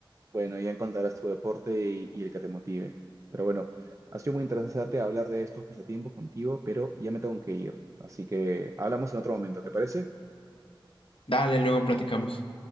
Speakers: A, on the right; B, on the left.
A: Bueno, ya encontrarás tu deporte y, y el que te motive. Pero bueno, ha sido muy interesante hablar de estos pasatiempos contigo, pero ya me tengo que ir. Así que hablamos en otro momento, ¿te parece?
B: Dale, luego platicamos.